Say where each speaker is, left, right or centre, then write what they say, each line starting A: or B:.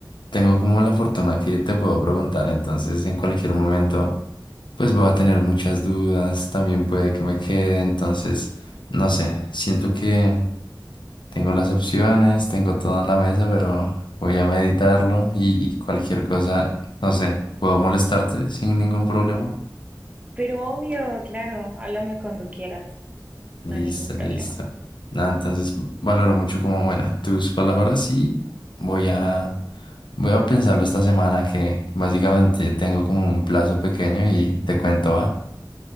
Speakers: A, on the left (about 80°); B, on the right (about 15°).
A: tengo como la fortuna que te puedo preguntar, entonces en cualquier momento pues voy a tener muchas dudas, también puede que me quede, entonces no sé, siento que... Tengo las opciones, tengo todo en la mesa, pero voy a meditarlo y cualquier cosa, no sé, puedo molestarte sin ningún problema.
B: Pero obvio, claro, háblame cuando quieras,
A: Listo,
B: no hay ningún problema.
A: listo. Nada, entonces valoro mucho como, bueno, tus palabras y voy a, voy a pensarlo esta semana que básicamente tengo como un plazo pequeño y te cuento, va.